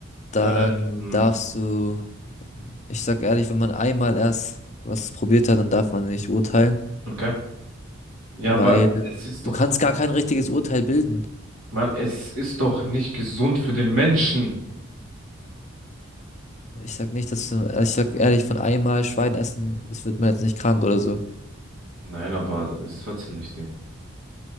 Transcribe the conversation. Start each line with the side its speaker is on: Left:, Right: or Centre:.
Left: dann
Right: Ähm,
Left: darfst du, ich sag ehrlich, wenn man einmal erst was probiert hat, dann darf man nicht urteilen,
Right: okay. Ja,
Left: weil
Right: aber es ist
Left: du
Right: doch,
Left: kannst gar kein richtiges Urteil bilden.
Right: Mann, es ist doch nicht gesund für den Menschen.
Left: Ich sag nicht, dass du, ich sag ehrlich, von einmal Schwein essen, es wird man jetzt nicht krank oder so.
Right: Nein, aber es ist trotzdem nicht Ding.